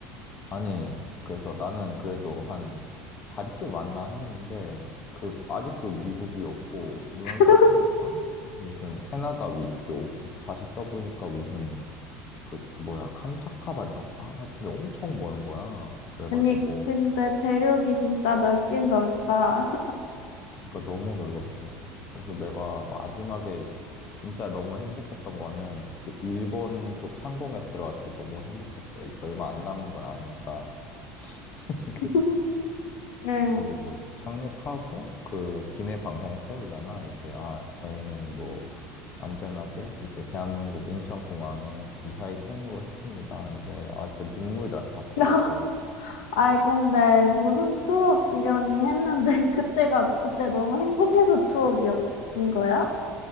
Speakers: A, on the left (about 40°); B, on the left (about 70°).
A: 아니, 그래서 나는 그래도 한 반쯤 왔나 했는데, 그, 아직도 미국이 없고, 눈을
B: <laughs>
A: 떠보니까, 무슨 캐나다 위쪽, 다시 떠보니까 무슨, 그, 뭐야, 캄차카 반도인가? 하여튼 엄청 먼 거야. 그래가지고,
B: 아니, 근데 대륙이 진짜 넓긴 넓다.
A: 그러니까 너무 넓었어. 그래서 내가 마지막에 진짜 너무 행복했던 거는, 그 일본 쪽 상공에 들어왔을 때 너무 행복했어. 이제 얼마 안 남은 걸 아니까. <laughs>
B: <laughs> 응.
A: 그리고 착륙하고 그 기내 방송 틀어주잖아. 이제 아 저희는 뭐 안전하게 이제 대한민국 인천공항에 무사히 착륙을 했습니다. 하는데 아 진짜 눈물이 날 것 같더라고.
B: <laughs> 아이, 근데 무슨 추억이려니 했는데, <laughs> 그때가, 그때 너무 행복해서 추억이인 거야?